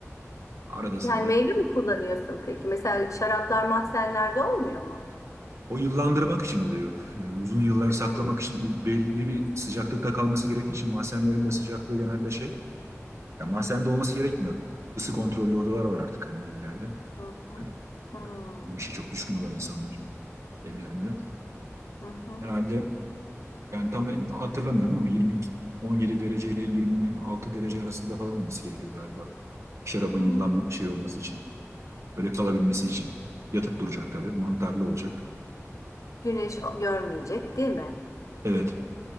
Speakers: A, on the right; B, on the left.
A: Arada sırada.
B: Yani meyve mi kullanıyorsun peki? Mesela şaraplar mahzenlerde olmuyor mu?
A: O yıllandırmak için oluyor. Ee, Uzun yıllar saklamak
B: Hmm.
A: için belli bir sıcaklıkta kalması gerektiği için mahzenlerin de sıcaklığı genelde şey. Ya mahzende olması gerekmiyor. Isı kontrollü odalar var artık hani evlerde.
B: Hı hı.
A: Böyle,
B: Hmm.
A: tabii bu işe çok düşkün olan insanlar evlerinde.
B: Hı hı.
A: Herhalde yani tam hatırlamıyorum ama 22, 17 derece ile 26 derece arasında falan olması gerekiyor galiba. Şarabın
B: Hmm.
A: yıllanma şey olması için. Böyle kalabilmesi için. Yatıp duracak tabii. Mantarlı olacak.
B: Güneş görmeyecek değil mi?
A: Evet.